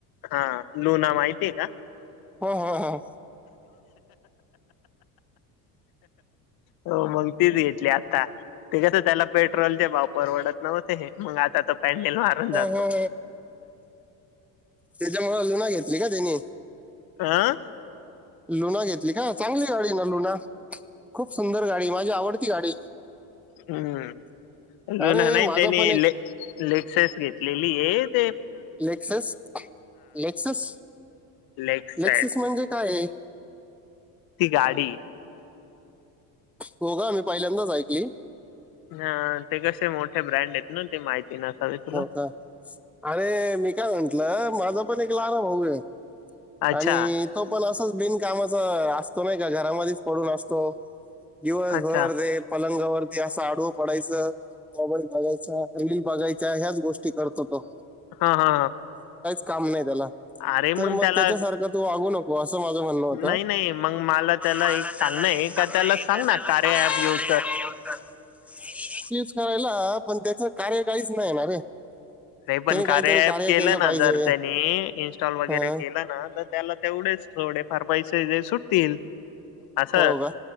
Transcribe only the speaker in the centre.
हो हो हो
हो त्याच्यामुळे अ लुना घेतली का त्यानी
लुना घेतली का ना चांगली गाडी ना लुना खूप सुंदर गाडी माझी आवडती गाडी ती
अरे
माझा
पण एक
लेक्सेस लेक्सेस
लेक्सिस म्हणजे काय
हो का मी पहिल्यांदाच ऐकली
हो का अरे मी काय म्हंटलं माझा पण एक लाार होऊय
आणि तो पण असंच का असतो नाही का घरा पडून असतो दिवसभर
लंगावरती असा आडव पडायं बॉबडी बघायचा रील बघायच त्या ह्याच गोष्टी करतो तो
काम नाही त्याला
तर मग
त्याच्यासारखा तू वागू नको असं माझ म्हणणं होत.
<unintelligible>
करायला पण त्याच कार्य काहीच नाहीणार रे
त्याने
काहीतरी
कार्य
पाहिजे
हं,
हो का?